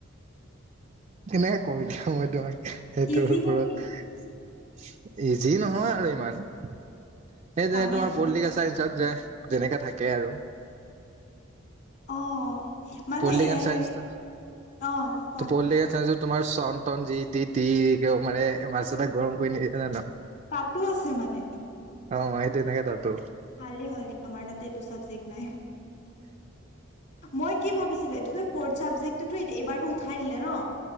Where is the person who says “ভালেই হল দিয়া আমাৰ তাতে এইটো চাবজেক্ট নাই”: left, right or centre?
Left